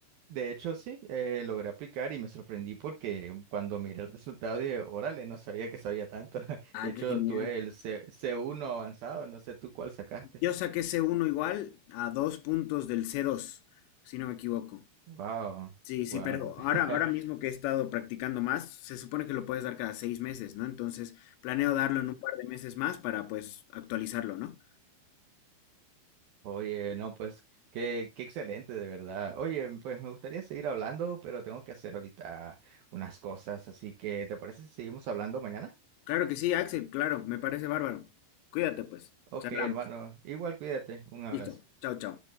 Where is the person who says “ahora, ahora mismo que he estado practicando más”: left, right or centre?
Left